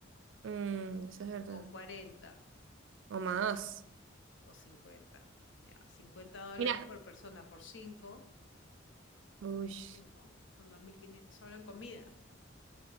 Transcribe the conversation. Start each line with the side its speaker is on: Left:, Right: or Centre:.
Right: Mm, eso es verdad.
Left: O 40
Right: O más.
Left: o cincuenta Ya, cincuenta dólares
Right: Mira,
Left: por persona por cinco
Right: uy,
Left: 5 por cinco Son 2.500 solo en comida.